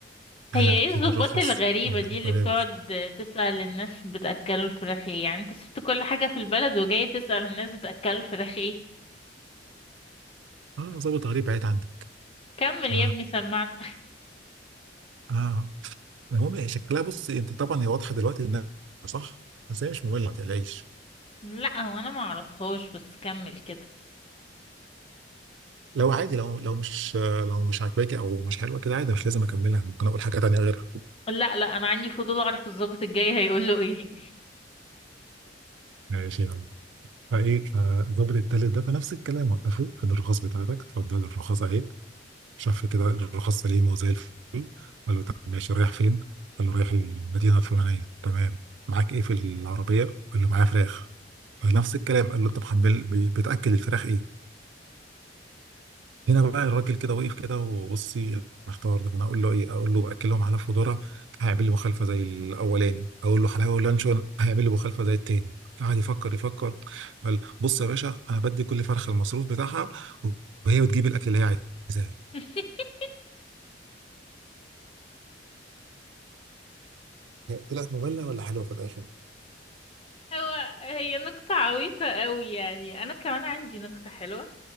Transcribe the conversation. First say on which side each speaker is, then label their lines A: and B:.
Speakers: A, on the right; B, on the left.
A: آه
B: هي ايه
A: فين
B: الضباط
A: الرخص؟
B: الغريبة
A: قال له أنا
B: دي
A: كنت
B: اللي
A: تمام
B: بتقعد تسأل الناس بتأكلوا الفراخ ايه يعني انت سبت كل حاجة في البلد وجاي تسأل الناس بتأكلوا الفراخ ايه
A: آه ضابط غريب بعيد عنك
B: كمل
A: ف
B: يا ابني سمعنا
A: آه المهم هي شكلها بص انت طبعا هي واضحه دلوقتي انها صح بس هي مش ممله ما تقلقيش
B: لا هو انا ما اعرفهاش بس كمل كده
A: لو عادي لو لو مش لو مش عاجباكي او مش حلوه كده عادي مش لازم اكملها ممكن اقول حاجه تانيه غيرها
B: لا لا انا عندي فضول اعرف الضابط الجاي هيقول له ايه
A: ماشي يلا فايه فالظابط التالت ده فنفس الكلام وقفه فين الرخص بتاعتك اتفضل الرخص اهي شاف كده الرخص سليمه وزي الفل قال له طب ماشي رايح فين؟ قال له رايح المدينه الفلانيه تمام معاك ايه في العربيه؟ قال له معايا فراخ فنفس الكلام قال له انت محمل بتاكل الفراخ ايه؟ هنا بقى الراجل كده واقف كده وبصي محتار طب انا اقول له ايه اقول له باكلهم على فودورة هيعمل لي مخالفه زي الاولاني اقول له حلاوه ولانشون هيعمل لي مخالفه زي التاني قعد يفكر يفكر قال بص يا باشا انا بدي كل فرخه المصروف بتاعها وهي بتجيب الاكل اللي هي عايزاه
B: <laughs>
A: طلعت مملة ولا حلوة في الآخر؟
B: هو هي نكتة عبيطة قوي يعني انا كمان عندي نكتة حلوة